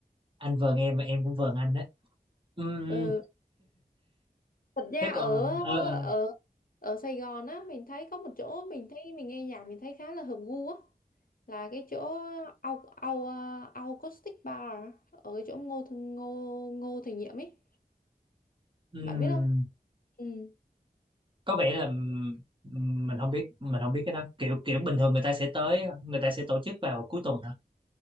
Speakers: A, on the right; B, on the left.
A: anh vờn em và em cũng vờn anh đấy Ừm,
B: Ừ. thật ra
A: thế
B: ở
A: còn ờ, ờ,
B: ở ở Sài Gòn á mình thấy có một chỗ mình thấy mình nghe nhạc mình thấy khá là hợp gu á là cái chỗ au au à, au acoustic bar ở chỗ Ngô Thành Ngô Ngô Thành Nhiệm ấy
A: ừm,
B: bạn biết không ừ
A: có vẻ là ừm, mình không biết mình không biết cái đó kiểu kiểu bình thường người ta sẽ tới người ta sẽ tổ chức vào cuối tuần hả